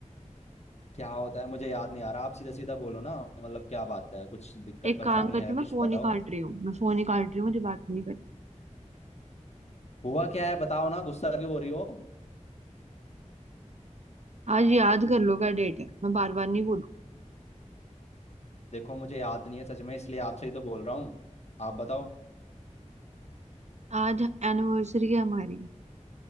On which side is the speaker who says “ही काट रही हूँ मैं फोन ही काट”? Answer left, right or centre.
Right